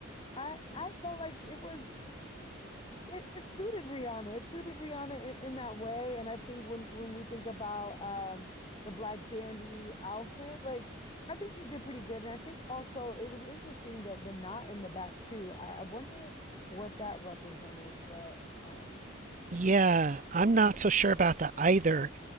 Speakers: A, on the left; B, on the right.
A: I I felt like it was it, it suited Rihanna. It suited Rihanna in, in that way. And I think when when we think about um the Black Dandy outfit, like I think she did pretty good. And I think also it was interesting the the knot in the back too. I, I wonder what that represented, but um
B: Yeah,
A: yeah.
B: I'm not so sure about that either.